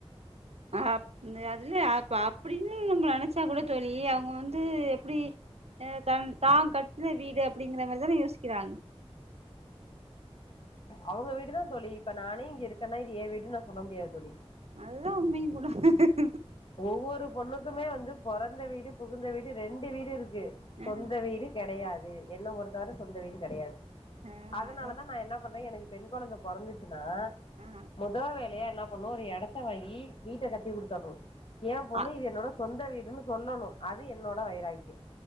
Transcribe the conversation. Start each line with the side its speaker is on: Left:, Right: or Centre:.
Right: ஆகப் இந்த அதுல அ அப்டின்னு நம்மள நெனைச்சா கூட தோழி அவங்க வந்து எப்டி தன் தா கட்டுன வீடு அப்டிங்கிற மாரி தான யோசிக்கிறாங்க
Left: அவுங்க வீடுதா தோழி இப்ப நானே இங்க இருக்கேன்னா இது ஏ வீடுன்னு நா சொல்ல முடியாது தோழி
Right: நல்லா அமையவு கூடாத்
Left: ஒவ்வொரு பொண்ணுக்குமே வந்து பொறந்த வீடு புகுந்த வீடு ரெண்டு வீடு இருக்கு
Right: ஆ
Left: சொந்த வீடு கெடையாது என்ன பொருத்தவர சொந்த வீடு கெடையாது
Right: ஆ
Left: அதனால
Right: அதா
Left: தான் நா என்ன பண்றே எனக்கு பெண் கொழந்த பொறந்துச்சுன்னா
Right: ஆ
Left: மொத வே லையா என்ன பண்ணணு ஒரு எடத்த வாங்கி வீட்ட கட்டி குடுத்துர்னு ஏ பொண்ணும்
Right: அ
Left: இது என்னோட சொந்த வீடுன்னு சொல்லணு அது என்னோட வைராக்கியம்